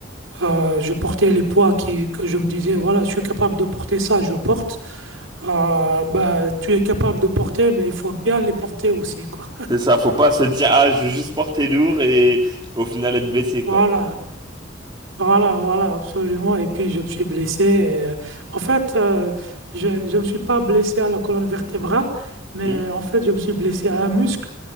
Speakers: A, on the right; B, on the right.
A: Euh, je portais les poids qui, que je me disais, voilà, je suis capable de porter ça, je porte. Euh, bah, tu es capable de porter, mais il faut bien les porter aussi, quoi.
B: C'est ça, faut pas se dire, ah, je veux juste porter lourd et au final être blessé, quoi.
A: Voilà. Voilà, voilà, absolument. Et puis, je me suis blessé. et, euh, en fait, euh, je ne me suis pas blessé à la colonne vertébrale, mais
B: Hmm
A: en fait, je me suis blessé à un muscle.